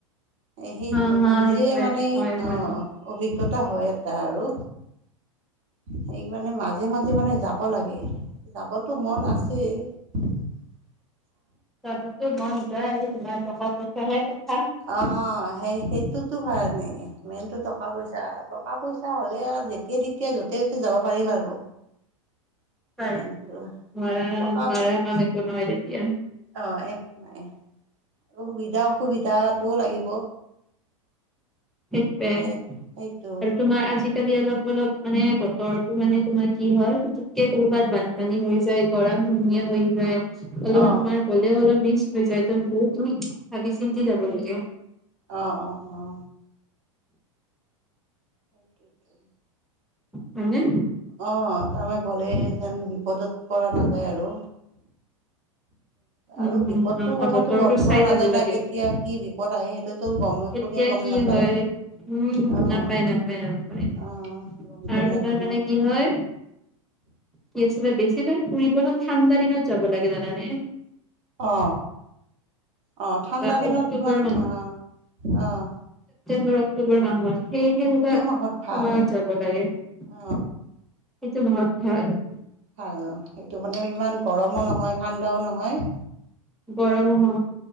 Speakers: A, on the right (about 65°); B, in the centre.
A: এ সেইটো
B: হা হা
A: নিজে
B: সেইটোয়ে
A: মানে
B: হয়
A: অ
B: হয়
A: অভিজ্ঞ জ্ঞতা হয় এটা আৰু। সেইকাৰণে মাজে মাজে মানে যাব লাগে, যাবতো মন আছেই। <inaudible>
B: যোৱাটোটো মন যায়, তোমাৰ টকা পইছাটোহে কথা।
A: অ সেই সেইটোতো কাৰণে মেইনটো টকা পইচা, টকা পইচা হ'লে আৰু যেতিয়াই তেতিয়া য'তে ত'তে যাব পাৰিল আৰু।
B: হয়
A: মেইনটো
B: মাৰা
A: টকা
B: মাৰা কাম একো নহয় তেতিয়া।
A: অ একো নাই আৰু সুবিধা অসুবিধাটো লাগিব।
B: শিকে
A: সেই
B: আৰু
A: সেইটো
B: তোমাৰ আজি আজিকালি অলপ অলপ মানে বতৰটো মানে তোমাৰ কি হয় পুুতকে
A: উম,
B: কৰ'বাত বানপানী হৈ গৰম কুহুমীয়া হৈ যায় অলপমান
A: অ'
B: তোমাৰ গ'লেও অলপ ম হৈ যায় তো বহুত তুমি ভাবি চিন্তি যাব লাগে।
A: অ অ অ। <inaudible>
B: হয়নে?
A: অ তাৰমানে গ'লে যেন বিপদত পৰা নাযায় আৰু
B: উম
A: আৰু বিপদটোৰ
B: উম অ
A: কথাটো
B: বতৰটো
A: গম পোৱা
B: চাই
A: নাযায়
B: যাব লাগে
A: না কেতিয়া কি বিপদ আহে সেইটোত তোৰ গম
B: এতিয়া
A: কোনেও গম
B: কি
A: নাপায়।
B: হয় উম
A: অ আহ
B: নাপায় নাপায় নাপায়
A: গমটো
B: আৰু
A: <unintelligible>
B: তোমাৰ মানে
A: না
B: কি হয় কি আছিলে বেছি তু অলপ ঠাণ্ডাদিনত যাব লাগে জানানে?
A: অ। আহ ঠাণ্ডা
B: বা
A: দিনত
B: অক্টোবৰ
A: ইমান আহ আহ
B: বৰ অক্টোবৰ মাহত সেই তেনেকুৱা সময়ত
A: মাহত ভাল
B: যাব লাগে। এইেটো
A: অ
B: বহুত ভাল
A: আৰু সেইটো মানে ইমান গৰমো নহয় ঠাণ্ডাও নহয়
B: গৰম হ